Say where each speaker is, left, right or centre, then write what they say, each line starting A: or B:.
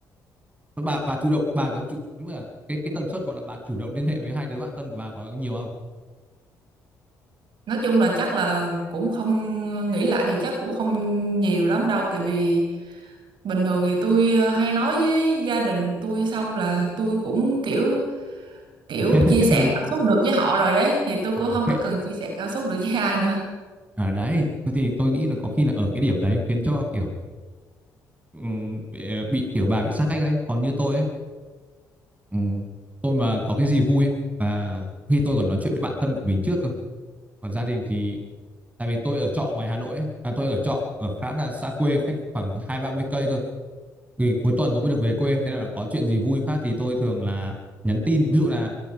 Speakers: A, on the right (about 15°); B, on the right (about 60°).
A: Ờ, bà bà chủ động bà có chủ đúng là cái cái tần suất gọi là bà chủ động liên hệ với hai đứa bạn thân của bà có nhiều không
B: nói chung là chắc là cũng không nghĩ lại thì chắc cũng không nhiều lắm đâu tại vì bình thường thì tôi hay nói với gia đình tôi xong là tôi cũng kiểu
A: <laughs>
B: kiểu
A: hết hết
B: chia sẻ
A: hứng
B: cảm xúc được với họ rồi đấy thì tôi cũng
A: Ờ.
B: không
A: hết,
B: có cần chia sẻ cảm xúc được với ai nữa
A: ở đấy thì tôi nghĩ là có khi là ở cái điểm đấy khiến cho kiểu ừm, bị, ờ, bị kiểu bà bị xa cách đấy còn như tôi ấy ừm, tôi mà có cái gì vui ấy, và khi tôi còn nói chuyện với bạn thân của mình trước cơ còn gia đình thì tại vì tôi ở trọ ngoài Hà Nội ấy à, tôi ở trọ ở khá là xa quê cách khoảng hai ba mươi cây cơ thì cuối tuần tôi mới được về quê thế nên là có chuyện gì vui phát thì tôi thường là nhắn tin ví dụ là